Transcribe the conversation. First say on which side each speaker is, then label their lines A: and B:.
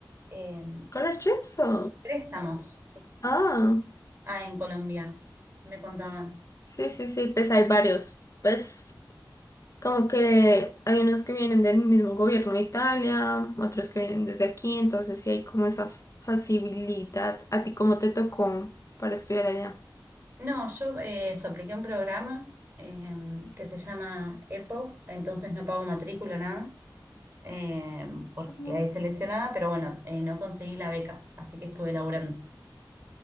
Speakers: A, on the right; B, on the left.
A: Eh,
B: ¿Color trips o...?
A: préstamos.
B: Ah,
A: Ah, en Colombia, me contaban.
B: sí, sí, sí, pues hay varios. Pues como que hay unos que vienen del mismo gobierno de Italia, otros que vienen desde aquí, entonces sí hay como esa f- facilidad. ¿A ti cómo te tocó para estudiar allá?
A: No, yo eh, eso, apliqué un programa eh, que se llama EPOC, entonces no pago matrícula, nada, eh, porque
B: Mm,
A: quedé seleccionada, pero bueno, eh, no conseguí la beca, así que estuve laburando.